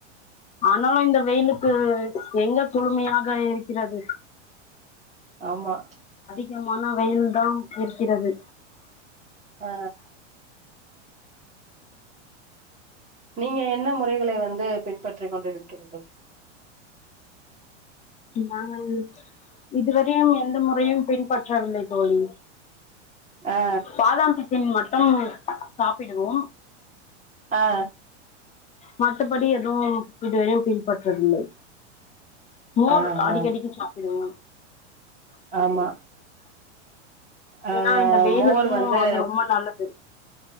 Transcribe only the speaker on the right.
ஆமா
ஆ நீங்க என்ன முறைகளை வந்து பின்பற்றி கொண்டிருக்கிறீர்கள்
ஆ
ஆ
ஆ
ஆ
ஆமா ஆ
மோர் வந்து